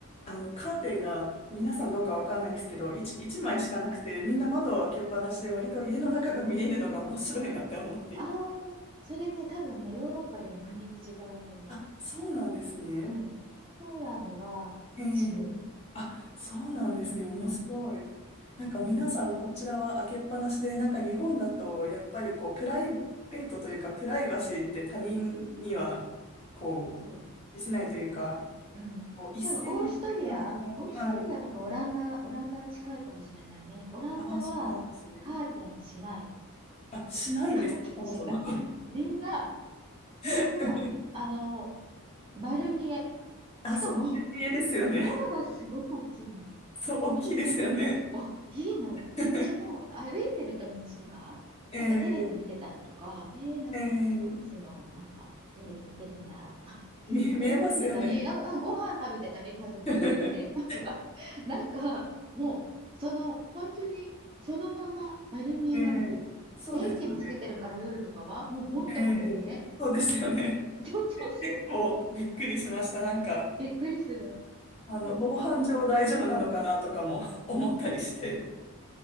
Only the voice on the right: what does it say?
ああ、それね、多分ね、ヨーロッパでも国に違うと思
う。うん。ポーランドは閉める。
うん。うん。
そう。
うん。
多分、オーストリア、オーストリアとかオランダ、
オランダは近いかもしれないね。オランダはカーテンしない。
カーテンしない。
みんな、みんな、
あの、丸見え。
しかも、
窓がすごく大きいのよ。
大きいの。
で、もう歩いてると道とか、
なんかテレビ見てたりとか、
えー、なんかスポーツの、
なんかテレビ見てるんだとか、<laughs>
テレビ見てたり、なんか、うん、ご飯食べてたり、家族4人で
<laughs> とか、なんか、もう、その、本当に、そのまま丸見えなの。
電気もつけてるから夜とかは、もうもっと丸見え。
<laughs> そうそうそう。
びっくりする。
うんそう。